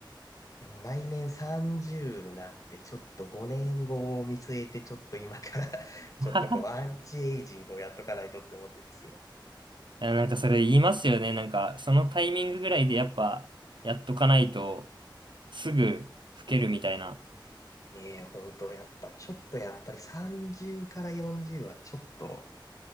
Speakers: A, on the left; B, on the right.
A: う、いやもう来年30なんで、ちょっと5年後を見据えて、ちょっと今から <laughs>
B: <laughs>
A: ちょっとこう、アンチエイジングをやっとかないとって思ってるんですよ。
B: あなんかそれ言いますよね。なんかそのタイミングぐらいでやっぱやっとかないとすぐ老けるみたいな。
A: ねえ、本当やっぱ、ちょっとやっぱり30から40はちょっと